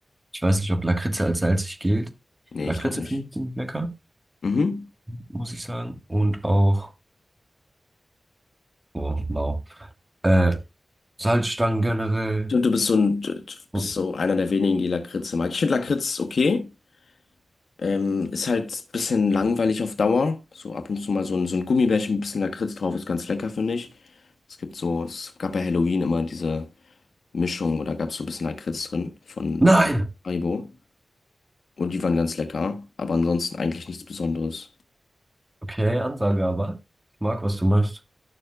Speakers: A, on the right; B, on the left.
A: Ich weiß nicht, ob Lakritze als salzig gilt.
B: Nee,
A: Lakritze
B: ich glaube nicht.
A: finde ich ziemlich lecker,
B: Mhm.
A: muss ich sagen. Und auch, oh, mau. Äh, Salzstangen generell.
B: Und du bist so ein, du bist
A: Oh,
B: so einer der wenigen, die Lakritze mag. Ich finde Lakritz okay. Ähm, ist halt ein bisschen langweilig auf Dauer. So ab und zu mal so ein, so ein Gummibärchen, ein bisschen Lakritz drauf, ist ganz lecker, finde ich. Es gibt so, es gab bei Halloween immer diese. Mischung oder gab es so ein bisschen Lakritz drin von
A: Nein!
B: Haribo. Und die waren ganz lecker, aber ansonsten eigentlich nichts Besonderes.
A: Okay, Ansage aber. Ich mag, was du machst.